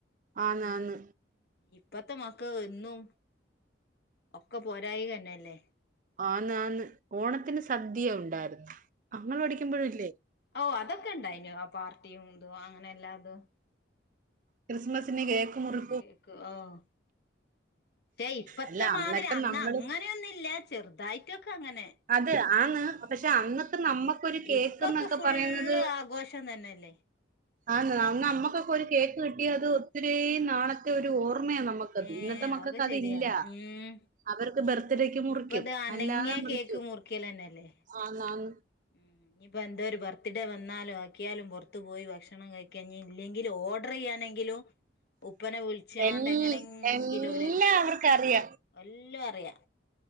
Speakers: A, on the right; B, on the left.
A: ആന്ന് ആന്ന്
B: ഇപ്പത്തെ മക്കക്ക് എന്നും ഒക്കെ പോരായിക തന്നെയല്ലേ
A: ആന്ന് ആന്ന് ഓണത്തിന് സദ്യ ഉണ്ടായിരുന്നു ഇങ്ങള് പഠിക്കുമ്പഴില്ലേ?
B: ഓഹ് അതൊക്കെ ഇണ്ടായിനു ആ പാർട്ടിയും ഇതും അങ്ങനെ എല്ലാതും.
A: ക്രിസ്മസിന് കേക്ക് മുറി
B: കേക്ക് ആഹ് പക്ഷേ ഇപ്പത്തെ
A: അല്ല
B: മാതിരി
A: അന്നൊക്കെ
B: അന്ന്
A: നമ്മള്
B: അങ്ങനെയൊന്നുല്യ ചെറുതായിട്ടൊക്കെ അങ്ങനെ
A: അത് ആന്ന്
B: ആഹ്
A: പക്ഷെ
B: ആഹ്
A: അന്നക്കെ നമ്മക്കൊരു കേക്ക്
B: ഇപ്പൊക്കെ
A: എന്നൊക്കെ
B: ഫുള്ള്
A: പറയുന്നത്.
B: ആഘോഷം തന്നെയല്ലേ
A: ആന്ന് നമ്മക്കൊക്ക ഒരു കേക്ക് കിട്ടിയ അത് ഒത്തിരി നാളത്തെ ഒരു ഓർമ്മയാ നമക്ക്.
B: ഏഹ്
A: ഇന്നത്തെ മക്കക്ക്
B: അതൊക്കെ
A: അതില്ല
B: ശരിയാ ഉം
A: അവർക്ക് ബർത്ത്ഡേക്ക് മുറിക്കും
B: ഇപ്പത് അനങ്ങിയ
A: അല്ലാതെ നമ്മള്.
B: കേക്ക് മുറിക്കലെന്നല്ലേ?
A: ആന്ന് ആന്ന്.
B: ഉം ഇഞ്ഞ്പ്പോ എന്തോര് ബർത്ത്ഡേ വന്നാലും ആക്കിയാലും പൊറ്ത്ത് പോയി ഭക്ഷണം കഴി ക്കെ ഇഞ് ഇല്ലെങ്കിലും ഓർഡറെയ്യാനെങ്കിലും ഉപ്പനെ വിളിച്ചാണ്ട്
A: എൽ-
B: എങ്ങനെങ്കിലും
A: എല്ലാവർക്കും
B: ഓല്
A: അറിയാം
B: എല്ലും അറിയാ